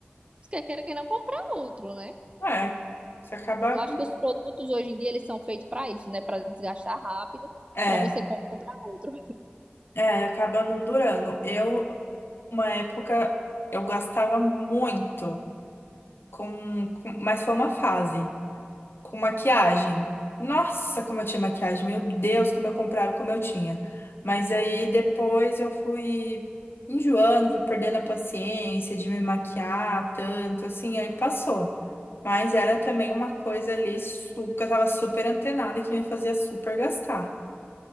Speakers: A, on the right (about 30°); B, on the left (about 70°).
A: quer queira que não comprar outro, né?
B: é, se acabar
A: Eu acho
B: com
A: que os produtos hoje em dia eles são feitos para isso, né? Para desgastar rápido,
B: é,
A: para você comprar outro.
B: é, acaba não durando. Eu, uma época, eu gastava muito com, com, mas foi uma fase. com maquiagem. Nossa, como eu tinha maquiagem, meu Deus, como eu comprava, como eu tinha. Mas aí depois eu fui enjoando, fui perdendo a paciência de me maquiar tanto, assim, aí passou. Mas era também uma coisa ali su- que eu tava super antenada e que me fazia super gastar.